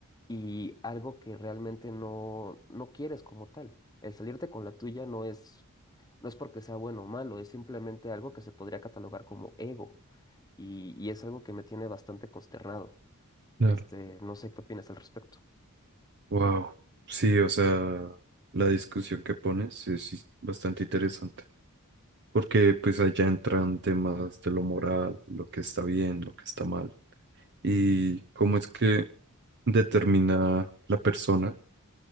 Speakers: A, on the left; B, on the right.
A: y algo que realmente no, no quieres como tal. El salirte con la tuya no es, no es porque sea bueno o malo, es simplemente algo que se podría catalogar como ego. Y, y es algo que me tiene bastante consternado.
B: Claro.
A: Este, no sé qué opinas al respecto.
B: Wow, sí, o sea, la discusión que pones es is- bastante interesante, porque pues allá entran temas de lo moral, lo que está bien, lo que está mal, y cómo es que determina la persona